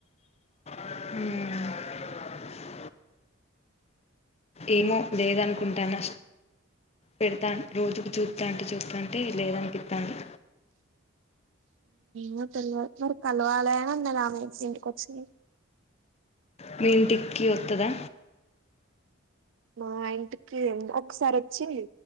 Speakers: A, on the left; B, on the right.
A: ఉమ్ ఏమో లేదనుకుంటాను పెడతాను రోజుకు చూతా అంటే చూస్తాంటే లేదనిపితాంది
B: మ్ తెల్ మరి కలవాలనా నలా ఆమె ఇంటికొచ్చి
A: మీ ఇంటికి ఓత్తదా
B: మా ఇంటికి ఒకసారి వచ్చింది